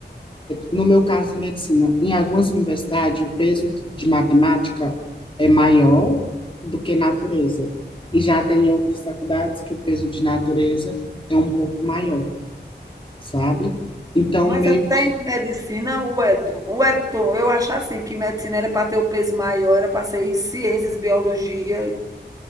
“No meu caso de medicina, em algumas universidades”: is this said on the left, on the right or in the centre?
Left